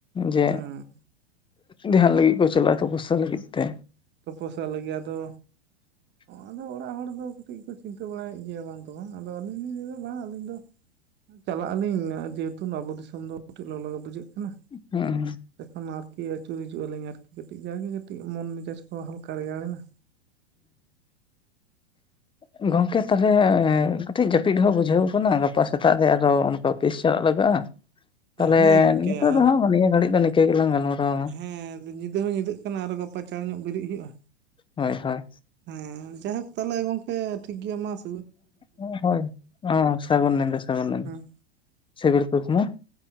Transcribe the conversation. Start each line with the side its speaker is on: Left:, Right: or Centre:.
Left: ᱡᱮ
Right: ᱦᱩᱸ
Left: ᱫᱷᱮᱭᱟᱱ ᱞᱟᱹᱜᱤᱫ ᱠᱚ ᱪᱟᱞᱟᱜᱼᱟ ᱛᱚ ᱯᱚᱥᱟ ᱞᱟᱹᱜᱤᱫ ᱛᱮ,
Right: ᱛᱚᱯᱚᱥᱟᱜ ᱞᱟᱹᱜᱤᱫ ᱟᱫᱚ
Left: <inaudible>
Right: ᱟᱫᱚ ᱚᱲᱟᱜ ᱦᱚᱲ ᱫᱚ ᱠᱟᱹᱴᱤᱜ ᱠᱚ ᱪᱤᱱᱛᱟᱹ ᱵᱟᱲᱟᱭᱮᱫ ᱜᱮᱭᱟ ᱵᱟᱝ ᱛᱚ ᱵᱟᱝ ᱟᱫᱚ ᱟᱹᱞᱤᱧ ᱞᱤᱧ ᱞᱟᱹᱭᱫᱟ ᱵᱟᱝ ᱟᱹᱞᱤᱧ ᱫᱚ, ᱪᱟᱞᱟᱜ ᱟᱞᱤᱧ ᱡᱮᱦᱮᱛᱩ ᱱᱟᱵᱚ ᱫᱤᱥᱚᱢ ᱫᱚ ᱠᱟᱹᱴᱤᱡ ᱞᱚᱞᱚ ᱜᱮ ᱵᱩᱡᱷᱟᱹᱜ ᱠᱟᱱᱟ
Left: ᱦᱩᱸ
Right: ᱮᱠᱷᱚᱱ ᱟᱨᱠᱤ ᱟᱹᱪᱩᱨ ᱦᱤᱡᱩᱜ ᱟᱹᱞᱤᱧ ᱟᱨᱠᱤ ᱠᱟᱹᱴᱤᱡ ᱡᱟ ᱜᱮ ᱠᱟᱹᱴᱤᱡ ᱢᱚᱱ ᱢᱮᱡᱟᱡ, ᱚ ᱦᱟᱞᱠᱟ ᱨᱮᱭᱟᱲᱮᱱᱟ᱾
Left: ᱦᱮᱸ ᱜᱚᱝᱠᱮ ᱛᱟᱦᱞᱮ ᱠᱟᱹᱴᱤᱡ ᱡᱟᱹᱯᱤᱫ ᱦᱚᱸ ᱵᱩᱡᱷᱟᱹᱣ ᱟᱠᱟᱱᱟ ᱜᱟᱯᱟ ᱥᱮᱛᱟᱜ ᱨᱮ ᱟᱨᱚ ᱚᱱᱠᱟ ᱚᱯᱷᱤᱥ ᱪᱟᱞᱟᱜ ᱞᱟᱜᱟᱜᱼᱟ, ᱛᱟᱦᱞᱮ
Right: ᱦᱮᱸ ᱜᱚᱝᱠᱮ
Left: ᱱᱤᱛᱳᱜ ᱫᱚ
Right: ᱟᱨ
Left: ᱦᱟᱸᱜ ᱱᱤᱭᱟᱹ ᱜᱷᱟᱹᱲᱤᱜ ᱫᱚ ᱱᱤᱝᱠᱟᱹ ᱜᱮᱞᱟᱝ ᱜᱟᱞᱢᱟᱨᱟᱣᱟ᱾
Right: ᱦᱮᱸ ᱧᱤᱫᱟᱹ ᱦᱚᱸ ᱧᱤᱫᱟᱹᱜ ᱠᱟᱱᱟ ᱟᱨᱚ ᱜᱟᱯᱟ ᱪᱟᱬ ᱧᱚᱜ ᱵᱤᱨᱮᱫ ᱦᱩᱭᱩᱜᱼᱟ,
Left: ᱦᱳᱭ ᱦᱳᱭ
Right: ᱦᱮᱸ ᱡᱟᱭᱦᱳᱠ ᱛᱟᱦᱞᱮ ᱜᱚᱝᱠᱮ ᱴᱷᱤᱠ ᱜᱮᱭᱟ ᱢᱟᱥ᱾
Left: ᱚ ᱦᱳᱭ ᱥᱟᱹᱜᱩᱱ ᱧᱤᱫᱟᱹ
Right: ᱦᱮᱸ
Left: ᱥᱟᱹᱜᱩᱱ ᱧᱤᱫᱟᱹ᱾
Right: ᱦᱮᱸ
Left: ᱥᱮᱜᱩᱲ ᱠᱩᱠᱢᱩ